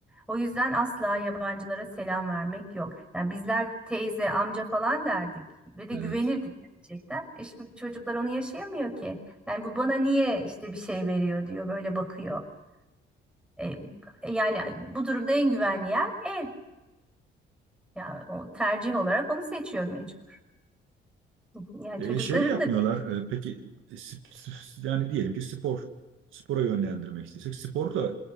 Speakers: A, in the centre; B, on the right (about 80°).
A: O yüzden asla yabancılara selam vermek yok. Yani bizler teyze, amca falan derdik ve de
B: evet.
A: güvenirdik gerçekten. E şimdi çocuklar onu yaşayamıyor ki. Yani bu bana niye işte bir şey veriyor diyor böyle bakıyor. E, e, yani bu durumda en güvenli yer ev. Yani o tercih olarak onu seçiyor mecbur. <laughs> Yani
B: E,
A: çocukların
B: şey yapmıyorlar.
A: da
B: E, peki e, sp- sp- yani diyelim ki spor spora yönlendirmek istesek sporla